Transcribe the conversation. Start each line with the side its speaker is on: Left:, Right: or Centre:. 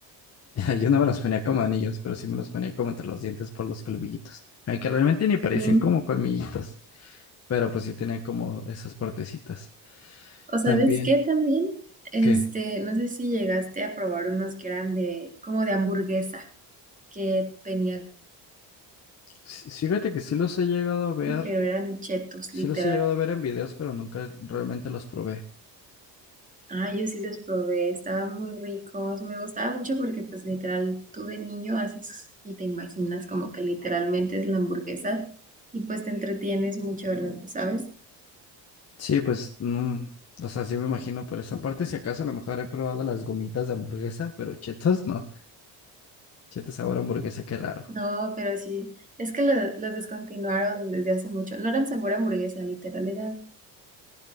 Left: <laughs> Yo no me los ponía como anillos, pero sí me los ponía como entre los dientes por los colmillitos. Aunque realmente ni parecían
Right: Sí.
Left: como colmillitos, pero pues sí tenían como esas partecitas.
Right: O sabes
Left: También
Right: qué también, este,
Left: que,
Right: no sé si llegaste a probar unos que eran de, como de hamburguesa, que tenían,
Left: sí- fíjate que sí los he llegado a ver,
Right: pero eran chetos,
Left: sí
Right: literal.
Left: los he llegado a ver en videos, pero nunca realmente los probé.
Right: Ah, yo sí los probé, estaban muy ricos, me gustaba mucho porque pues literal, tú de niño haces y te imaginas como que literalmente es la hamburguesa y pues te entretienes mucho, ¿sabes?
Left: Sí, pues no, o sea, sí me imagino por esa parte, si acaso a lo mejor he probado las gomitas de hamburguesa, pero chetos no, chetos sabor a hamburguesa, qué raro.
Right: No, pero sí, es que lo- los descontinuaron desde hace mucho. No eran sabor a hamburguesa, literal, eran